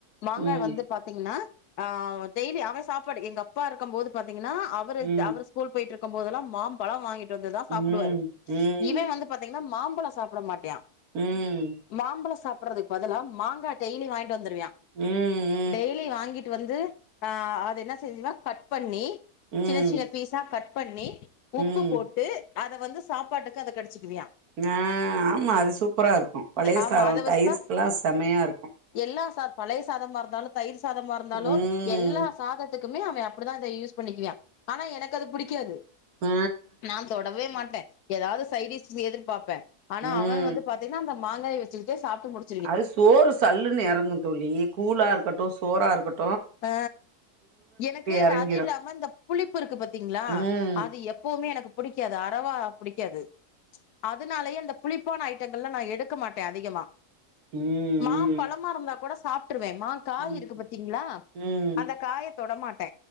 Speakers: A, on the left (about 80°); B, on the right (about 70°).
A: மாங்கா
B: ம்
A: வந்து பாத்தீங்கன்னா ஆ டெய்லி அவன் சாப்பாடு எங்கப்பா இருக்கும் போது பாத்தீங்கன்னா அவரு
B: ம்
A: அவரு ஸ்கூல் போயிட்டு இருக்கம் போதல்லா மாம்பழம் வாங்கிட்டு வந்துதா
B: ம்
A: சாப்புடுவாரு
B: ம் ம்
A: இவன் வந்து பாத் பாத்திங்கன்னா மாம்பழம் சாப்பிட மாட்யா
B: ம்
A: மாம்பழம் சாப்பட்றதுக்கு பதிலா மாங்கா டெய்லி வாங்கிட்டு வந்துருவியா
B: ம்
A: டெய்லி வாங்கிட்டு வந்து ஆ அத என்ன செஞ்சுனா கட் பண்ணி
B: ம்
A: சின்னச் சின்ன பீஸா கட் பண்ணி
B: ம்
A: உப்புப் போட்டு அத வந்து சாப்பாட்டுக்கு அத கடிச்சிக்குவியா
B: ஆ ஆமா அது சூப்பரா இருக்கு பழைய
A: ஆமா
B: சாரம்
A: அத
B: தயிர்க்கெல்லா
A: வச்சுதான்
B: செமையா இருக்கு
A: எல்லா சா பழைய சாதமா இருந்தாலு தயிர் சாதமா இருந்தாலு
B: ம்
A: எல்லா சாதத்துக்குமே அவே அப்படிதா அத யூஸ் பண்ணிக்குவியா ஆனா எனக்கு அது புடிக்காது
B: ஆ
A: நா தொடவே மாட்டே ஏதாவது சைடிஸ் எதிர்பாப்பே ஆனா
B: ம்
A: அவன் வந்து பாத் தீங்கனா அந்த மாங்காய வச்சுக்கிட்டே சாப்ட்டு முடி
B: அது சோறு சல்லுன்னு எறங்கு தோழி கூழா இருக்கட்டு சோறா இருக்கட்
A: ஆ எனக்கு
B: எறங்கிரு
A: அது இல்லாம இந்த புளிப்பு இருக்கு பாத்தீங்களா
B: ம்
A: அது எப்பவுமே எனக்குப் புடிக்காது அறவா புடிக்காது அதனாலயே அந்த புளிப்பான ஐட்டங்கள்ளா நா எடுக்க மாட்டே அதிகமா
B: ம்
A: மாம்பழமா இருந்தா கூட சாப்ட்டுருவே மாங்காய்
B: ம்
A: இருக்கு பாத்தீங்ளா
B: ம் ம்
A: அந்தக் காயத் தொடமாட்டே